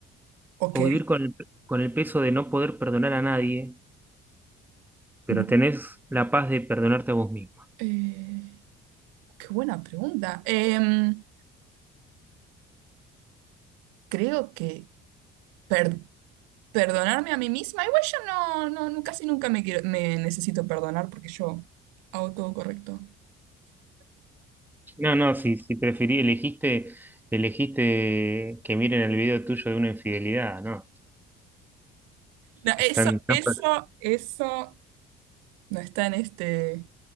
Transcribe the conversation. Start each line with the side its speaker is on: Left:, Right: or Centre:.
Right: Ok.
Centre: ¿O vivir con el, con el peso de no poder perdonar a nadie, pero
Right: no,
Centre: tenés la paz de perdonarte a vos mismo?
Right: eh, qué buena pregunta. Em, creo que per- perdonarme a mí misma, igual yo no, no, no- casi nunca me quiero, me necesito perdonar porque yo hago todo correcto.
Centre: No, no, si, si preferí, elegiste, elegiste que miren el video tuyo de una infidelidad, ¿no?
Right: No,
Centre: Están,
Right: eso, eso,
Centre: tan
Right: eso no está en este